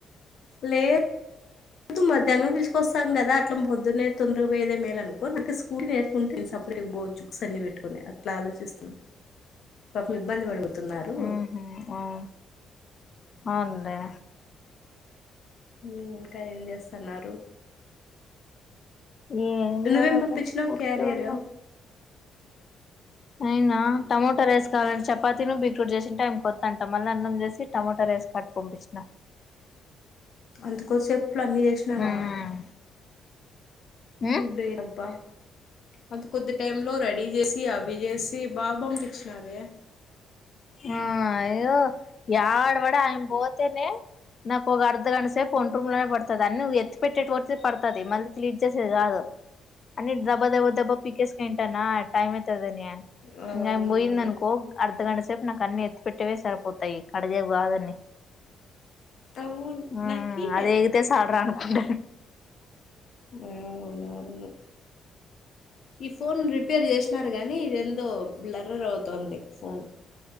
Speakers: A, on the left; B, on the left.
A: లే దు మధ్యాహ్నం తీసుకొస్తాం కదా అట్ల పొద్న్ననే తొందర పోయేదే మేలు అనుకో నాకు స్కూటీ కుంటేను సపరేట్ పోవచ్చు బుక్స్ అన్ని పెట్టుకుని అట్లా ఆలోచిస్తున్నాను పాపం ఇబ్బంది పడిపోతున్నారు
B: ఉహు అవును అవున్లే
A: ఉ ఇంకా ఏం చేస్తున్నారు?
B: ఏం లేదక్క
A: నువ్వేం పంపించినావు
B: ఊర్కే
A: క్యారియర్
B: ఉన్నా. అయినా టమోట రేస్ కావాలంటే చపాతినో బీట్రూట్ చేసింటే అయిపోత మళ్ళ అన్నం చేసి టమాట రైస్ కట్టి పంపించిన
A: అంతకోసెప్ ల అన్ని చేసినావా?
B: ఉమ్ ఉమ్
A: ఉ దేదబ్బ అంత కొద్ది టైంలో లో రెడీ చేసి అవి చేసి బా బంపిచినావే.
B: ఆ అయ్యో యాడ వడి ఆయన్ పోతేనే నాకు ఒక అర్ధ గంట సేపు ఒంట్రూమ్ లోనే పడుతది. అన్ను ఎత్తి పెట్టేటోటిది పడుతది మళ్ళీ క్లీన్ చేసేది కాదు. అ దబా దబా దబా పీకేస్ కోయింటాన టైమ్ అయితదని
A: అవునవును
B: ఇంకా ఆమ్ బోయిందనుకో అర్ధగంట సేపు నాకు అన్ని ఎత్తి పెట్టేవే సరిపోతాయి కడిగేవి కాదని.
A: అవును
B: ఆ
A: నాకి
B: అదేగితే సాల్ రా అనుకుంట
A: అవునవును ఈ ఫోన్ రిపేర్ చేస్ న్నారు గానీ ఇదేందో బ్లరర్ అవుతుంది ఫోన్